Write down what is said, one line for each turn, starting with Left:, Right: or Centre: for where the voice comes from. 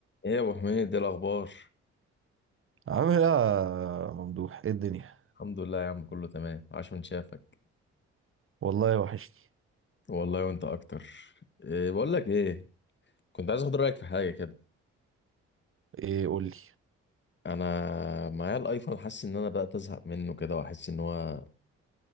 Left: ايه يا ابو حميد ايه الاخبار
Right: عامل ايه يا ممدوح ايه الدنيا
Left: الحمد لله يا عم كله تمام عاش من شافك
Right: والله وحشني
Left: والله وانت اكتر إيه بقول لك ايه كنت عايز اخد رايك في حاجه كده
Right: ايه قول لي
Left: انا معايا الايفون حاسس ان انا بدات ازهق منه كده واحس ان هو